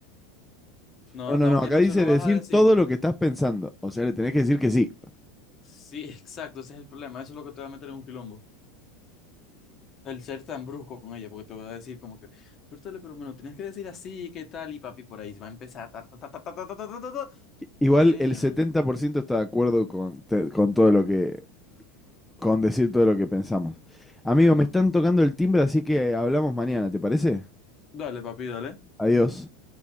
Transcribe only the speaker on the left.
No,
no
que
no
se lo
vas a decir.
Sí, <laughs> exacto, ese es el problema. Eso es lo que te va a meter en un quilombo. El ser tan brusco con ella, porque te va a decir como que, Vértale, pero me lo tenías que decir así, ¿qué tal? Y papi, por ahí va a empezar. ta, ta, ta, ta, ta, ta, ta, ta, ta, ta, ta".
Señor.
Bueno,
dale, papi, dale.